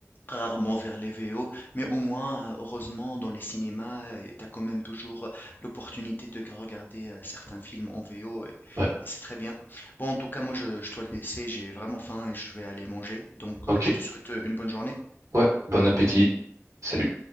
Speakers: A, on the left; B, on the right.
A: rarement vers les VO, mais au moins, heu, heureusement dans les cinémas, heu, tu as quand même toujours, heu, l'opportunité de regarder, heu, certains films en VO et
B: ouais,
A: et c'est très bien. Bon, en tout cas, moi, je je dois te laisser, j'ai vraiment faim et je vais aller manger, donc
B: ok,
A: heu, je te souhaite, heu, une bonne journée.
B: ouais, bon appétit. Salut.